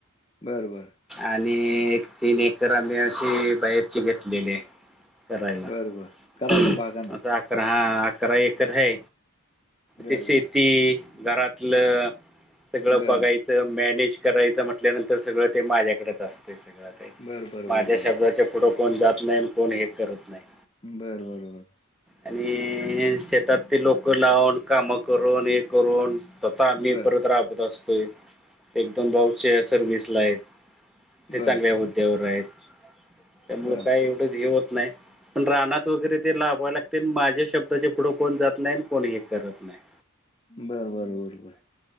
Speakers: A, on the left; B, in the centre.
A: बरं बरं
B: आणि तीनं एकर आम्हीं अशी बाहेरंची घेतलेली आहे. करायंला
A: बर
B: आतां
A: बर करायला बागानं
B: आम्हीं अकरां हा अकरां एकर आहे
A: बर
B: ती शेती
A: बर
B: घरातलं सगळं
A: बर
B: बघायचं मॅनेज करायचं म्हटल्यांनंतर सगळं ते माझ्यांकडेचं असतें सगळं
A: बर
B: माझ्यां
A: बर
B: शब्दांच्या पुुढे कोणं जातं नाहीं आणि कोणं हे करतं नाहीं
A: बरं बरं बरं
B: आणि शेतात ते लोकं लावूंन कामं करूंन हे करूंन स्वंतः आम्ही
A: बर
B: परत राबंत असंतोय परंत एक दोन भाऊं सर्विसलान आहेतं ते
A: बर बर
B: चांगल्यां होद्यांवर आहेतं त्यामुळं
A: बर
B: कायं एवढंच हे होतं नाहीं पणं राहनांत वगैरें ते लाभवांवे लागते माझ्यां शब्दांचे पुढें कोणं जातं नाहीं कोणं हे करतं नाहीं
A: बरं बरं बरोबर